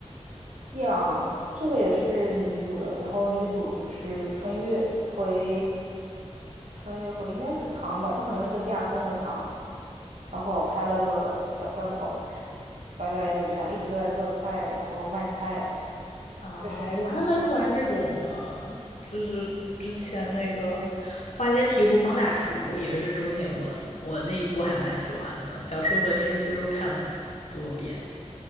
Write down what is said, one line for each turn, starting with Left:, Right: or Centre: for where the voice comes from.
Right: 讲，这个也是女主的，然后女主就是穿越回，穿越回应该是唐吧，她可能是个架空的唐，然后开了个小饭馆。大概就是这样，一直都在做菜，然后卖菜，
Left: 啊，
Right: 就是看，
Left: 我还蛮喜欢这种的，就是之前那个《花间提壶方大厨》也是中田文，我那一部还蛮喜欢的，小说和电视剧都看了很多遍。